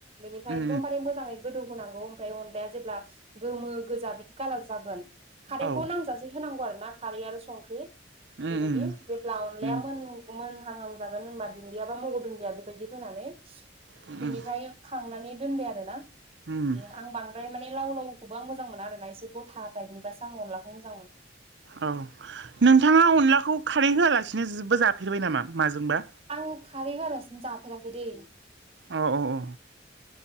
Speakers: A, on the right; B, on the right.
A: बेनिफ्राय
B: उम
A: एकदमबारे मोजाङै गोदौ होनांगौ ओमफ्राय अनलाया जेब्ला गोमो गोजा बिदि कालार जागोन। खारैखौ
B: औ उम
A: नांजासे होनांगौ आरो ना खारै आरो संख्रि।
B: उम
A: बेबायदि जेब्ला अनलाया
B: उम
A: मोन मोन। जागोन द बा म दुबायदि होननानै
B: उम
A: बिनि दोनबाय आरो ना बिदि
B: उम
A: आं बांद्राय माने लाव लावखौबो आं मोजां मोना आरोना एसे गथाब दाइटनिासो आं अनलाखौ मोां मोनो
B: औ नोंथाङा अनलाखौ खारै होआलासिनोबो जाफेरबाय नामा माजोंबा
A: आं खाबै गलासिनो जाफेराखै दे
B: अ औ औ